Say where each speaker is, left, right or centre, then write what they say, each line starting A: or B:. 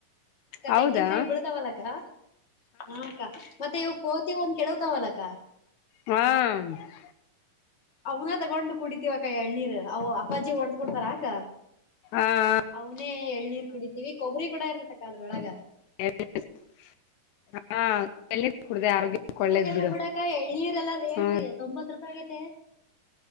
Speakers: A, on the left (about 85°); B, on the left (about 45°).
A: ಹೌದಾ
B: ತೆಂಗಿನಕಾಯ ಬಿಳತವ್ವಲಕ್ಕ ಹಾ ಅಕ್ಕ ಮತ್ತೆ ಇವು. ಕೋತಿ ಒಂದು ಕೆಡ್ತವಲ್ಲಕ್ಕ.
A: ಹಾ ಹಾ
B: ಅವನ ತಗೊಂಡು ಕುಡಿತೀವ ಕ ಎಳ್ನೀರ್ ಅವ ಅಪ್ಪಾಜಿ ಹೊಡ್ದ್ ಕೊಡ್ತಾರಾಕ.
A: ಹಾ-
B: ಅವನೇ ಎಳ್ನೀರ್ ಕುಡಿತೀವಿ ಕೊಬ್ಬರಿ ಕೂಡ ಇರ್ತತಕ್ಕ ಅದ್ರೊಳಗ.
A: <inaudible> ಹಾ ಎಲ್ಲಿ
B: ಹಾ
A: ಕುಡ್ದ
B: ಅಕ್ಕ
A: ಆರೋಗ್ಯ ಒಳ್ಳೇದ್
B: ಇವಾಗೆಲ್ಲ
A: ಬಿಡು
B: ಬಿಡಕ್ಕ ಎಳ್ನೀರೆಲ್ಲಾ ರೇಟ್
A: ಹ್ಮ.
B: ತೊಂಬತ್ ರೂಪಾಯಿ ಆಗೇತೆ